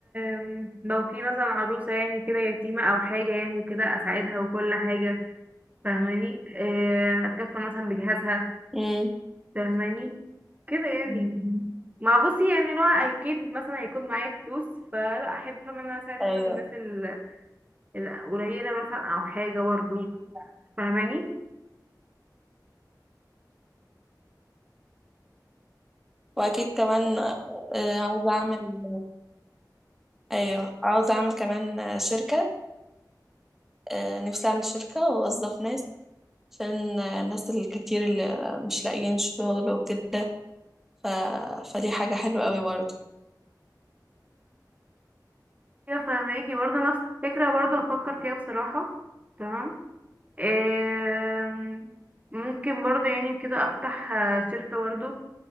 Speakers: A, on the right; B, in the centre.
A: أم، لو في مثلا عروسة يعني كده يتيمة أو حاجة يعني كده أساعدها وكل حاجة فاهماني أه، أتكفل مثلا بجهازها
B: أمم،
A: فاهماني كده يعني مم. ما بصي يعني لو اكيد مثلا هيكون معايا فلوس فلا احب فاهمة ان انا اساعد
B: ايوه
A: مثلا الناس ال- القليلة مثلا او حاجة برضه فاهماني
B: واكيد كمان آه، عاوزة اعمل ايوه عاوزة اعمل كمان آه، شركة آه، نفسي اعمل شركة واوظف ناس عشان الناس الكتير اللي مش لاقيين شغل وكده ف... فدي حاجة حلوة قوي برضو
A: ايوه فهماكي برضه نفس الفكرة برضه بفكر فيها بصراحة تمام آم، ممكن برضه يعني كده افتح آه، شركة برضه